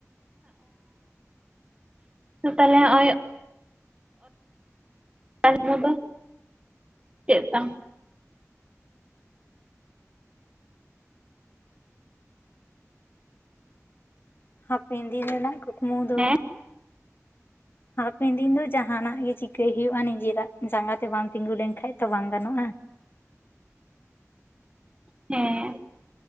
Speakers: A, on the right (about 20°); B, on the left (about 40°).
A: ᱚ, ᱛᱟᱦᱚᱞᱮ ᱦᱚᱜᱼᱚᱭ <unintelligible> ᱫᱚ ᱪᱮᱫ ᱛᱟᱢ?
B: ᱦᱟᱯᱮᱱ ᱫᱤᱱ ᱨᱮᱱᱟᱜ ᱠᱩᱠᱢᱩ ᱫᱚ
A: ᱦᱮᱸ
B: ᱦᱟᱯᱮᱱ ᱫᱤᱱ ᱫᱚ ᱡᱟᱦᱟᱸᱱᱟᱜ ᱜᱮ ᱪᱤᱠᱟᱹᱭ ᱦᱩᱭᱩᱜᱼᱟ ᱱᱤᱡᱮᱨᱟᱜ ᱡᱟᱸᱜᱟ ᱛᱮ ᱵᱟᱢ ᱛᱤᱜᱩ ᱞᱮᱱᱠᱷᱟᱡ ᱛᱚ ᱵᱟᱝ ᱜᱟᱱᱚᱜᱼᱟ᱾
A: ᱦᱮᱸ,